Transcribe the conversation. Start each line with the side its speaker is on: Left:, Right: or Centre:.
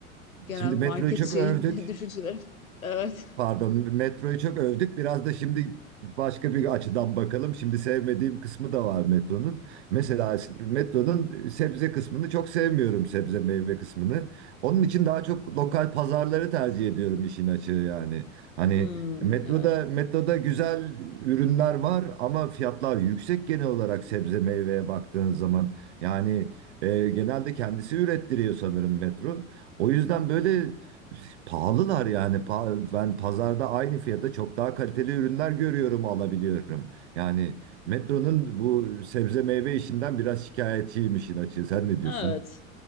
Left: genel
Right: Şimdi
Left: market
Right: metroyu çok
Left: şeyim
Right: övdük.
Left: <laughs> düşüncelerim. Evet.
Right: Pardon, metroyu çok övdük. Biraz da şimdi başka bir açıdan bakalım. Şimdi sevmediğim kısmı da var metronun. Mesela metronun sebze kısmını çok sevmiyorum, sebze meyve kısmını. Onun için daha çok lokal pazarları tercih ediyorum işin açığı yani. Hani
Left: Hmm,
Right: metroda
Left: evet.
Right: metroda güzel ürünler var ama fiyatlar yüksek genel olarak sebze meyveye baktığın zaman. Yani e, genelde kendisi ürettiriyor sanırım metro. O yüzden böyle Pahalılar yani. Pa- Ben pazarda aynı fiyata çok daha kaliteli ürünler görüyorum, alabiliyorum. Yani Metro'nun bu sebze meyve işinden biraz şikayetçiyim işin açığı. Sen ne diyorsun?
Left: Evet.